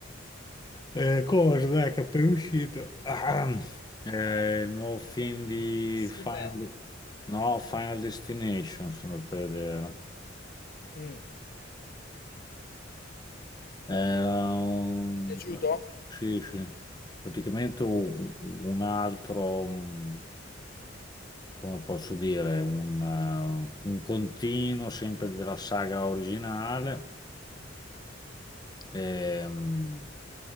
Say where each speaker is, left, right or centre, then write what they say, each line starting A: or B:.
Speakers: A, on the left; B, on the left.
A: eh, cosa, dai, che è appena uscito. Ah, eh, il nuovo film di
B: Sim,
A: Final...
B: eh,
A: No, Final Destination sono andato a vedere.
B: Mm.
A: Era un...
B: ti è piaciuto?
A: Sì, sì. Praticamente un, un altro, mh, come posso dire, un, eh, un continuo sempre della saga originale, ehm,